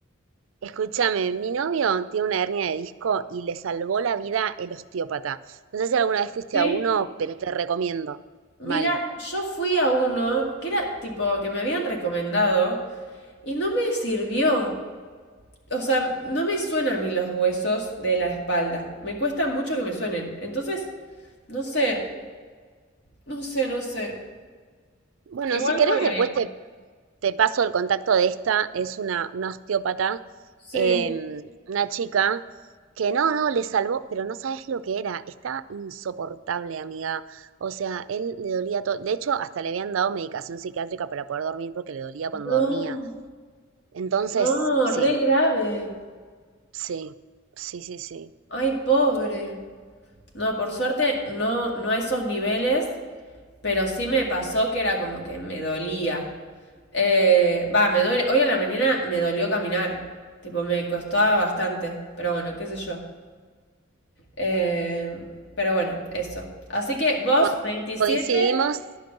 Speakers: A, on the right (about 75°); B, on the left (about 60°).
A: Escúchame, mi novio tiene una hernia de disco y le salvó la vida el osteópata. No sé si alguna vez fuiste
B: Sí.
A: a uno, pero te recomiendo. Mal.
B: Mira, yo fui a uno que era tipo que me habían recomendado y no me sirvió. O sea, no me suenan a mí los huesos de la espalda. Me cuesta mucho que me suenen. Entonces, no sé, no sé, no sé.
A: Bueno,
B: Igual
A: si querés,
B: voy
A: después
B: a ir.
A: te, te paso el contacto de esta. Es una, una osteópata,
B: Sí.
A: em, una chica que no, no, le salvó, pero no sabes lo que era. Estaba insoportable, amiga. O sea, él le dolía todo. De hecho, hasta le habían dado medicación psiquiátrica para poder dormir porque le dolía cuando
B: No,
A: dormía. Entonces,
B: no,
A: sí,
B: re grave.
A: sí, sí, sí, sí.
B: Ay, pobre. No, por suerte, no, no a esos niveles, pero sí me pasó que era como que me dolía. Eh, va, me duele. Hoy a la mañana me dolió caminar. Tipo, me costaba bastante. Pero bueno, qué sé yo. Eh, pero bueno, eso. Así que vos,
A: Con-
B: veintisiete
A: coincidimos